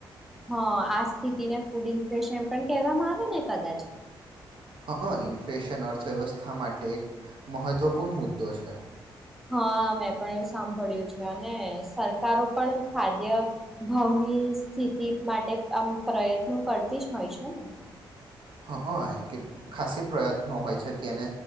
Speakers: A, in the centre; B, on the right.
A: હ આ સ્થિતિને ફૂડ ઇન્ફ્લેશન પણ કહેવામાં આવે ને કદાચ
B: હ ઇન્ફ્લેશન અર્થવ્યવસ્થા માટે એક મહત્વપૂર્ણ મુદ્દો છે.
A: હા મેં પણ એવું સાંભળ્યું છે અને સરકારો પણ ખાદ્ય ભાવની સ્થિતિ માટે આમ પ્રયત્નો કરતી જ હોય છે ને.
B: હ હ કે ખાસી પ્રયત્નો હોય છે કે એને